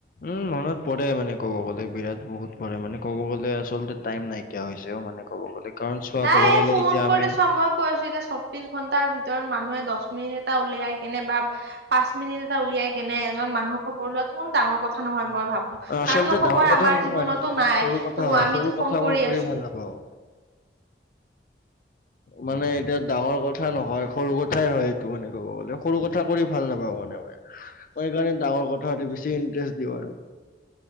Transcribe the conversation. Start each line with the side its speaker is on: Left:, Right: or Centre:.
Left: উম মনত পৰে মানে ক'ব গ'লে বিৰাট বহুত পৰে মানে ক'ব গ'লে আচলতে টাইম নাই। নাইকিয়া হৈছে অ মানে ক'ব গ'লে। কাৰণ চোৱা
Right: নাই
Left: ক'ব
Right: এই
Left: গ'লে
Right: ফোন
Left: এতিয়া
Right: কৰি
Left: আমি
Right: দেছোৱা মই কৈ আছো এতিয়া চব বিছ ঘণ্টাৰ ভিতৰত মানুহে দছ মিনিট এটা উলিয়াই কেনে বা পাঁচ মিনিট এটা উলিয়াই কেনে এজন মানুহৰ খবৰ লোৱাটো কোনো ডাঙৰ কথা কথা নহয় মই ভাবো।
Left: অ, আচলতে
Right: কাৰণ সময়
Left: ডাঙৰ কথা
Right: আমাৰ
Left: নহয়,
Right: জীৱনতো নাই।
Left: সৰু
Right: ত
Left: কথা
Right: মই
Left: হয়।
Right: আমিতো
Left: সৰু
Right: ফন
Left: কথা
Right: কৰি
Left: মই
Right: আছোঁ।
Left: ভাল নাপাওঁ। মানে এতিয়া ডাঙৰ কথা নহয় সৰু কথাই হয় সেইটো মানে ক'ব গ'লে। সৰু কথা কৰি ভাল নাপাওঁ মানে মই। মই সেইকাৰণে ডাঙৰ কথাত বেছি ইণ্টাৰেষ্ট দিওঁ আৰু।